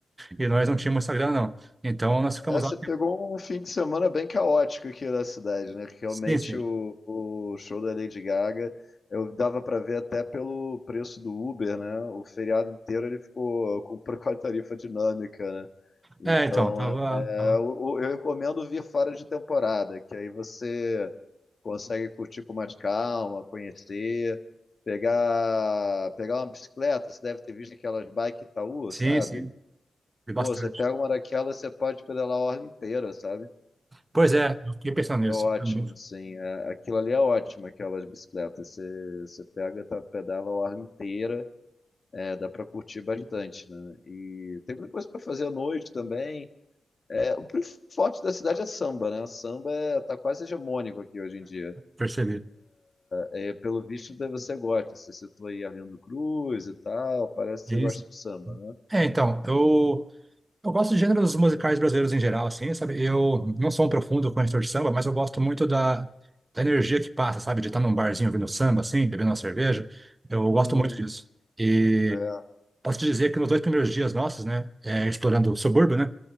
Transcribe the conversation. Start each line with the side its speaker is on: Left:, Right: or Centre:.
Right: E nós não tínhamos Instagram, não. Então nós ficamos
Left: É, você
Right: lá.
Left: pegou um fim de semana bem caótico aqui na cidade, né? Que Realmente
Right: Sim, sim.
Left: o, o show da Lady Gaga, eu dava pra ver até pelo preço do Uber, né? O feriado inteiro ele ficou com, <laughs> com a tarifa dinâmica, né? Então,
Right: É, então, tava,
Left: é,
Right: tava-
Left: é, o- o- eu recomendo vir fora de temporada, que aí você consegue curtir com mais calma, conhecer, pegar, pegar uma bicicleta, você deve ter visto aquelas bike Itaú,
Right: Sim,
Left: sabe?
Right: sim, foi bastante.
Left: Pô, você pega uma daquelas, você pode pedalar a orla inteira, sabe?
Right: Pois é, eu fiquei pensando
Left: É
Right: nisso,
Left: ótimo,
Right: é
Left: assim.
Right: <laughs>
Left: é- aquilo ali é ótimo, aquelas bicicletas. Você, você pega, tá, pedala a orla inteira, é, dá pra curtir bastante, né? E tem muita coisa pra fazer à noite também. É, o pri- forte da cidade é samba, né? Samba é, tá quase hegemônico aqui hoje em dia.
Right: Percebi.
Left: É, pelo visto, deve você gosta. Você citou aí Arlindo Cruz e tal, parece que
Right: Sim,
Left: você gosta
Right: sim.
Left: de samba, né?
Right: É, então, eu, eu gosto de gêneros musicais brasileiros em geral, assim, sabe? Eu não sou um profundo conhecedor de samba, mas eu gosto muito da, da energia que passa, sabe? De estar num barzinho ouvindo samba, assim, bebendo uma cerveja. Eu
Left: Uhum.
Right: gosto muito disso. E
Left: É,
Right: Posso te dizer que nos dois primeiros dias nossos, né, é, explorando o subúrbio, né,